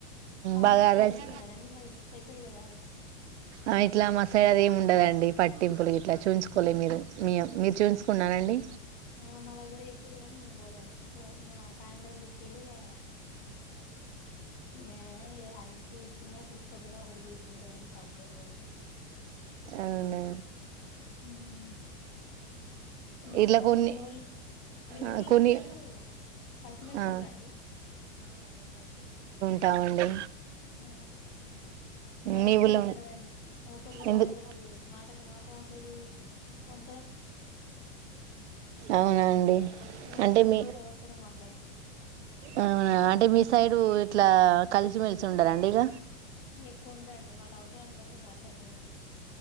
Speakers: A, on the left; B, on the right.
A: పంచాంగాలు
B: బగారా రైస్
A: చూయించుకున్నారా అండి మరి స్పెషల్ కదా అవ్
B: ఆ ఇట్లా మా సైడ్ ఏమి ఉండదండి పట్టింపులు ఇట్లా చూయించుకోలే మీరు మీ మీరు చూయించుకున్నారా అండి
A: ఆ మా దగ్గర చెప్పిరు గనీ మేము పోలే అండి ఫో నా సాయంత్రం చెప్పిళ్ళు ఇగ ఏ అది చూంచుకున్నా చూసుకోపోయినా ఒకటి తిరు ఉంటదని సప్పుడ పోలే
B: అవునా
A: హ్మ్ ఇంకా
B: ఇట్లా కొన్ని
A: మీ ఊళ్ళో మీ
B: ఆ
A: ఊళ్ళో
B: కొన్ని
A: అందరూ కలిసి మెలిసి
B: ఆ
A: ఉంటార అండి
B: టా వండి
A: ఆ మా దగ్గర
B: మీ ఊళ్ళో
A: అట్టు ఉండదండి ఒకరికొకరు
B: ఎందుకు
A: అసలకు మాటకు మాట ఉండదు పం
B: అవునండి
A: ఎవరో
B: అంటే
A: చూసుకుంటే
B: మీ
A: ఎవరితోనో మాట్లాడతారు
B: ఆ అంటే మీ సైడు ఇట్ల కలిసిమెలిసి ఉండరా అండి ఇగ
A: ఎక్కువ ఉండరండి వాళ్ళ అవసరాన్ని బట్టి మాట్లాడతారు అంతే